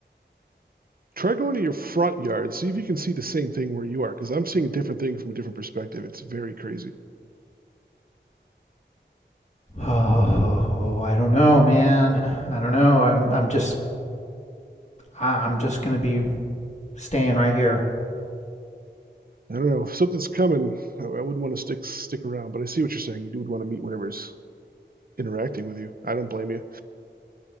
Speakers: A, on the right; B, on the left.
A: Try going to your front yard. See if you can see the same thing where you are, because I'm seeing a different thing from a different perspective. It's very crazy.
B: Oh, I don't know, man. I don't know. I'm I'm just I, I'm just going to be staying right here.
A: I don't know. If something's coming, I, I wouldn't want to stick stick around. But I see what you're saying. You do want to meet whatever's interacting with you. I don't blame you.